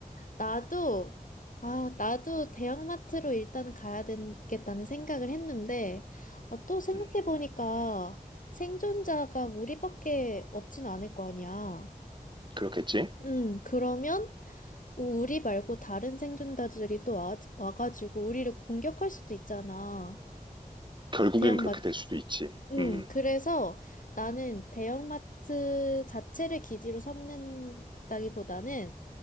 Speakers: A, on the left; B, on the right.
A: 나도, 아, 나도 대형마트로 일단 가야 되겠다는 생각을 했는데, 어, 또 생각해보니까
B: 음,
A: 생존자가 우리밖에 없진 않을 거 아니야.
B: 그렇겠지?
A: 음, 그러면 우리 말고 다른 생존자들이 또 와, 와가지고 우리를 공격할 수도 있잖아.
B: 결국엔
A: 대형마트.
B: 그렇게 될 수도 있지.
A: 음,
B: 음,
A: 그래서 나는 대형마트 자체를 기지로 삼는다기보다는